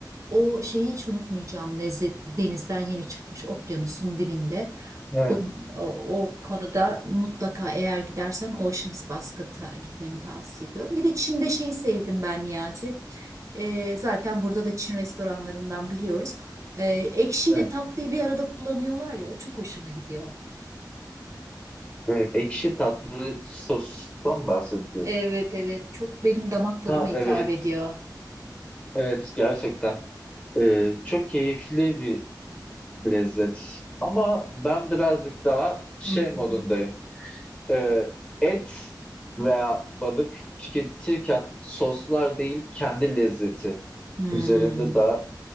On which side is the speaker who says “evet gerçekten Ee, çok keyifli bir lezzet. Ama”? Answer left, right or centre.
Left